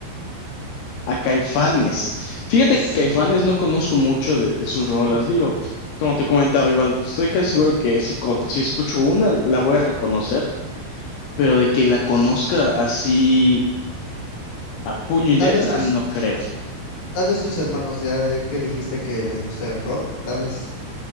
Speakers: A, on the left; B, on the left.
A: A Caifanes. Fíjate
B: Sí,
A: que Caifanes no conozco mucho de, de sus rolas.
B: ¿no?
A: Digo, como te comentaba, igual estoy casi seguro que si, con- si escucho una, la voy a reconocer, pero de que la conozca así a puño y
B: Tal
A: letra,
B: vez tus,
A: no creo.
B: tal vez tus hermanos, ya que dijiste que les gusta el rock, tal vez,